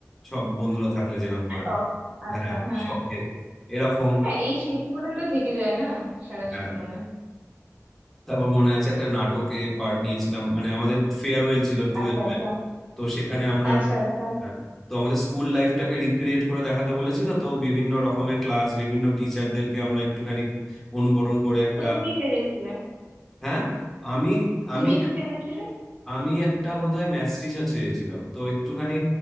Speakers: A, in the centre; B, on the right (about 30°).
A: সব বন্ধুরা থাকলে যেরকম হয়
B: শখ আচ্ছা
A: হ্যাঁ
B: হ্যাঁ
A: শখে এরকম
B: হ্যাঁ এই স্মৃতিগুলোই তো থেকে যায় না সারা
A: হ্যাঁ।
B: জীবন মনে
A: তারপর মনে আছে একটা নাটকে পার্ট নিয়েছিলাম মানে আমাদের ফেয়ারওয়েল ছিল টুয়েলভ
B: আচ্ছা আচ্ছা
A: এর তো সেখানে আমরা
B: আচ্ছা আচ্ছা
A: হ্যাঁ, তো আমাদের স্কুল লাইফটাকে রিক্রিয়েট করে দেখাতে বলেছিল তো বিভিন্ন রকমের ক্লাস বিভিন্ন টিচারদেরকে আমরা একটুখানি অনুকরণ করে একটা
B: তুমি কি সেজেছিলে
A: হ্যাঁ আমি
B: তুমি
A: আমি
B: কি সেজেছিলে
A: আমি একটা বোধহয় ম্যাথ টিচার চেয়েছিলাম তো একটুখানি